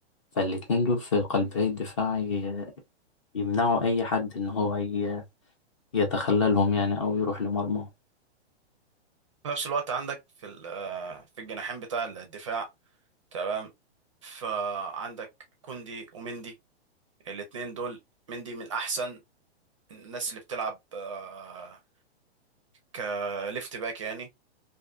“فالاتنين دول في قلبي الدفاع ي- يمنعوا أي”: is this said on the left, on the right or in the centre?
Left